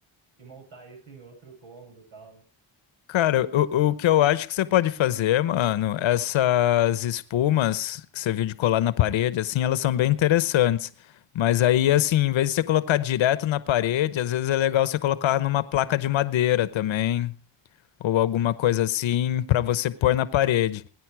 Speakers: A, on the right (about 80°); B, on the left (about 75°).
A: e montar isso em outro cômodo e tal, né?
B: cara, o, o que eu acho que você pode fazer, mano, essas espumas que você viu de colar na parede, assim, elas são bem interessantes. Mas aí, assim, em vez de você colocar direto na parede, às vezes é legal você colocar numa placa de madeira também, ou alguma coisa assim, pra você pôr na parede.